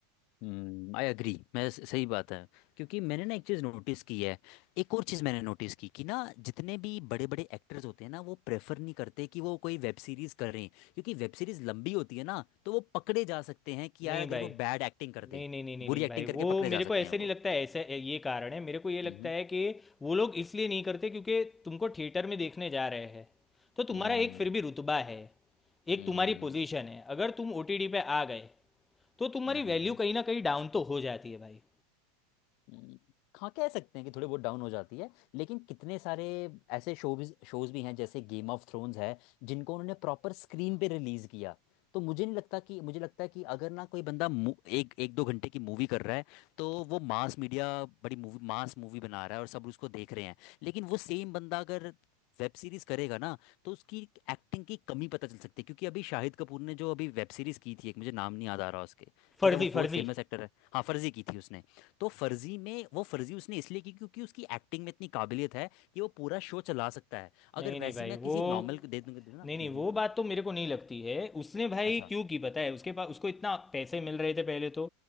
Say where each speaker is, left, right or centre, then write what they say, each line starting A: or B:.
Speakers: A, on the left (about 50°); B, on the left (about 15°).
A: हम्म आई अग्री मैं स- सही बात है क्योंकि मैंने ना एक चीज़ नोटिस की है एक और चीज़ मैंने नोटिस की कि ना जितने भी बड़े बड़े एक्टर्स होते हैं ना वो प्रेफर नहीं करते कि वो कोई वेब सीरीज़ करें क्योंकि वेब सीरीज़ लंबी होती है ना तो वो पकड़े जा सकते हैं कि
B: नहीं
A: यार अगर
B: भाई
A: वो बैड एक्टिंग कर
B: नहीं
A: दे
B: नहीं नहीं नहीं
A: बुरी
B: नहीं
A: एक्टिंग
B: भाई वो
A: करके पकड़े
B: मेरे
A: जा सकते
B: को ऐसे
A: हैं वो
B: नहीं लगता है ऐसा ये कारण है मेरे को ये लगता
A: हम्म
B: है कि वो लोग इसलिए नहीं करते क्योंकि तुमको थिएटर में देखने जा रहे हैं तो तुम्हारा
A: हम्म
B: एक फिर भी रुतबा है एक
A: हम्म
B: तुम्हारी पोजीशन है अगर तुम ओटीटी पे आ गए तो तुम्हारी
A: हम्म
B: वैल्यू कहीं ना कहीं डाउन तो हो जाती है भाई
A: हम्म, हाँ कह सकते हैं कि थोड़ी बहुत डाउन हो जाती है लेकिन कितने सारे ऐसे शोज शोज भी हैं जैसे गेम ऑफ थ्रोन्स है जिनको उन्होंने प्रॉपर स्क्रीन पे रिलीज किया तो मुझे नहीं लगता कि मुझे लगता है कि अगर ना कोई बंदा मु- एक एक दो घंटे की मूवी कर रहा है तो वो मास मीडिया बड़ी मूवी मास मूवी बना रहा है और सब उसको देख रहे हैं लेकिन वो सेम बंदा अगर वेब सीरीज करेगा ना तो उसकी एक्टिंग की कमी पता चल सकती है क्योंकि अभी शाहिद कपूर ने जो अभी वेब सीरीज की थी एक मुझे नाम नहीं याद आ रहा उसके
B: फर्जी
A: ठीक है वो बहुत
B: फर्जी
A: फेमस एक्टर है हाँ फर्जी की थी उसने तो फर्जी में वो फर्जी उसने इसलिए की क्योंकि उसकी एक्टिंग में इतनी काबिलियत है कि वो पूरा शो चला सकता है
B: नहीं
A: अगर
B: नहीं
A: वैसी
B: भाई
A: मैं किसी
B: वो
A: नॉर्मल को दे दूंगा दूंगा ना
B: नहीं नहीं
A: हम्म
B: वो
A: हम्म,
B: बात तो मेरे को नहीं लगती है उसने भाई
A: अच्छा
B: क्यों की पता है उसके पास उसको इतना पैसे मिल रहे थे पहले तो